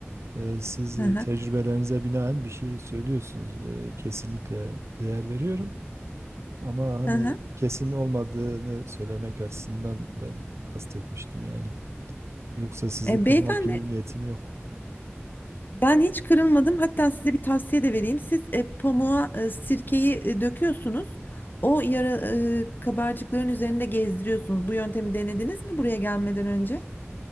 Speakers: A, on the right; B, on the left.
A: E, siz
B: hı
A: e,
B: hı,
A: tecrübelerinize binaen bir şey söylüyorsunuz. E, kesinlikle değer veriyorum. Ama hani
B: hı hı.
A: kesin olmadığını söylemek açısından ben kastetmiştim yani. Yoksa sizi
B: E,
A: kırmak
B: beyefendi
A: gibi bir niyetim yok.
B: ben hiç kırılmadım hatta size bir tavsiye de vereyim. Siz e, pamuğa e, sirkeyi e, döküyorsunuz o yara e, kabarcıkların üzerinde gezdiriyorsunuz. Bu yöntemi denediniz mi buraya gelmeden önce?